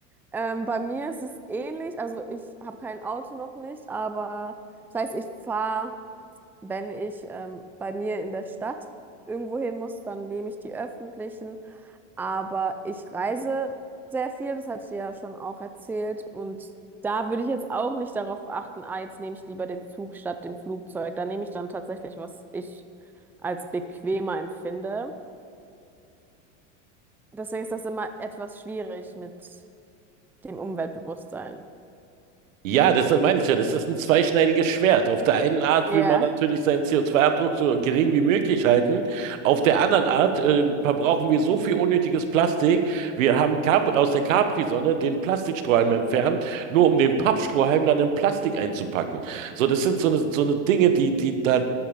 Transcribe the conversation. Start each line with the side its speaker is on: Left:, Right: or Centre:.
Centre: Ähm, bei mir ist es ähnlich. Also ich habe kein Auto noch nicht, aber das heißt, ich fahre, wenn ich ähm, bei mir in der Stadt irgendwo hin muss, dann nehme ich die öffentlichen. Aber ich reise sehr viel, das hatte ich dir ja schon auch erzählt. Und da würde ich jetzt auch nicht darauf achten, ah, jetzt nehme ich lieber den Zug statt dem Flugzeug. Da nehme ich dann tatsächlich, was ich als bequemer empfinde. Deswegen ist das immer etwas schwierig mit dem Umweltbewusstsein.
Right: Ja, das meine ich ja. Das ist ein zweischneidiges Schwert. Auf der einen Art
Centre: Ja.
Right: will man natürlich seinen CO2-Abdruck so gering wie möglich halten. Auf der anderen Art äh, verbrauchen wir so viel unnötiges Plastik. Wir haben Cap aus der Capri-Sonne den Plastikstrohhalm entfernt, nur um den Pappstrohhalm dann in Plastik einzupacken. So, das sind so eine, so eine Dinge, die, die da,